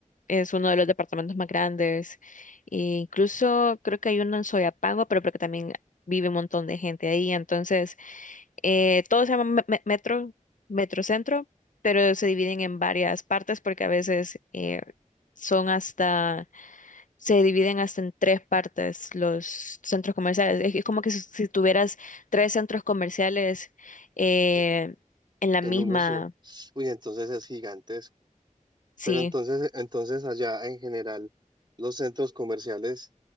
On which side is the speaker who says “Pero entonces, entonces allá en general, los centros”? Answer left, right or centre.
Right